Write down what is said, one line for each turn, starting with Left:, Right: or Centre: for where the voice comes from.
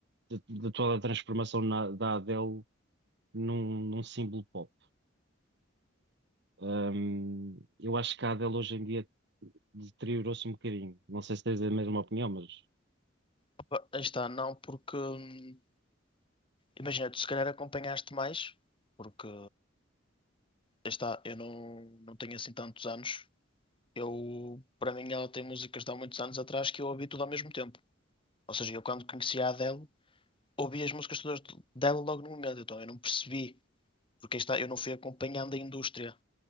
Right: de, de toda a transformação na- da Adele num, num símbolo pop. Um, eu acho que a Adele hoje em dia deteriorou-se um bocadinho. Não sei se tens a mesma opinião, mas
Left: Opa, aí está, não, porque. hum, Imagina, tu se calhar acompanhaste mais, porque. Aí está, eu não, não tenho assim tantos anos. Eu, para mim, ela tem músicas de há muitos anos atrás que eu ouvi tudo ao mesmo tempo. Ou seja, eu quando conheci a Adele. ouvi as músicas todas dela logo no momento, então eu não percebi, porque aí está, eu não fui acompanhando a indústria.